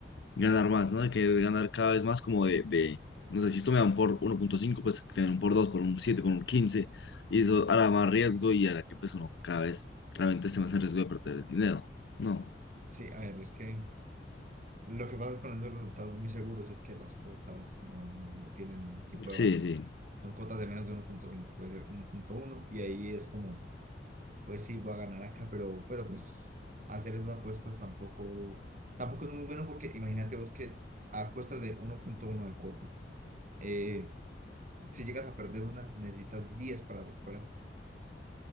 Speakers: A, on the left; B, on the right.
A: ganar más, ¿no? De querer ganar cada vez más como de, de no sé, si esto me dan por 1.5, pues que me den por 2 por un 7 por un 15 y eso hará más riesgo y hará que pues uno cada vez realmente esté más en riesgo de perder el dinero. No.
B: sí, a ver, es que lo que pasa con esos resultados muy seguros es que las cuotas no, no, no tienen tipo
A: Sí,
B: de valor.
A: sí.
B: Son cuotas de menos de uno punto cinco puede ser uno punto uno y ahí es como pues sí, voy a ganar acá, pero, pero pues hacer esas apuestas tampoco, tampoco es muy bueno porque imagínate vos que apuestas de uno punto uno de cuota. Eh, si llegas a perder una, necesitas 10 para recuperar.